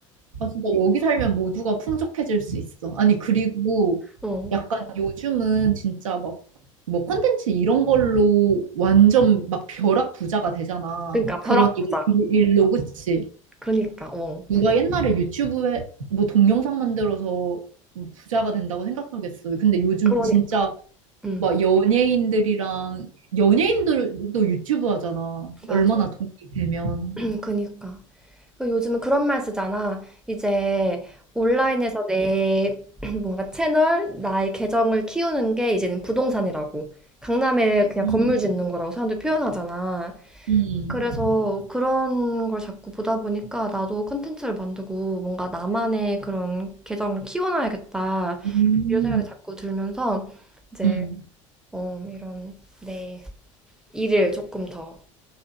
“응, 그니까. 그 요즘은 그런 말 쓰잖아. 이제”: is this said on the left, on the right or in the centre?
Centre